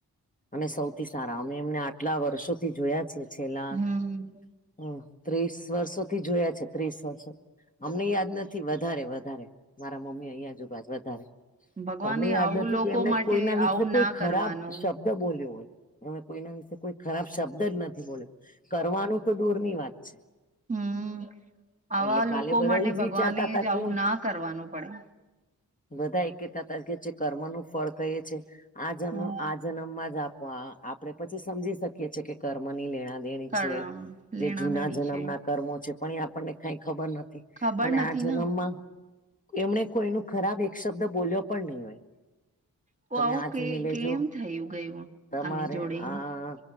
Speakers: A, on the left; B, on the right.
A: અમે સૌથી સારા અમે એમને આટલા વર્ષોથી જોયા છે છેલ્લા,
B: હમ
A: હ ત્રીસ વર્ષોથી જોયા છે ત્રીસ વર્ષો, અમને યાદ નથી વધારે મારા મમ્મી અહિયાં જ ઊભા છે વધારે,
B: ભગવાને
A: તમને યાદ
B: આવું
A: નથી
B: લોકો
A: કે એમણે
B: માટે
A: કોઈના વિશે
B: આવું
A: કોઈ
B: ના
A: ખરાબ
B: કરવાનું
A: શબ્દ બોલ્યો હોય. અમે કોઈના વિશે કોઈ ખરાબ શબ્દ જ નથી બોલ્યો કરવાનું તો દૂર ની વાત છે.
B: હમ આવા
A: એટલે કાલે
B: લોકો
A: બધા
B: માટે
A: એજ વિચારતા
B: ભગવાને
A: હતા
B: જ
A: કે
B: આવું ના કરવું પડે.
A: બધા એ કેતા તા કે જે કર્મનું ફળ કહે છે આજ એમ
B: હમ
A: આજ, જન્મ માં જ આપવા આપણેે પછી સમજી શકીએ છીએ કે કર્મની લેણાદેણી
B: કરમ
A: છે. જે
B: લેણાદેણી
A: જૂના જન્મ
B: છે
A: ના કર્મો છે પણ એ આપણને કાઈ ખબર નથી.
B: ખબર
A: અને
B: નથી
A: આ જન્મમાં
B: ને
A: એમણે કોઈનુ ખરાબ એક શબ્દ બોલ્યો પણ નહિ હોય.
B: તો
A: તમે
B: આવું
A: આજ
B: કે
A: મિલજો
B: કેમ થયું ગયું
A: તમારે
B: આની જોડે
A: આ,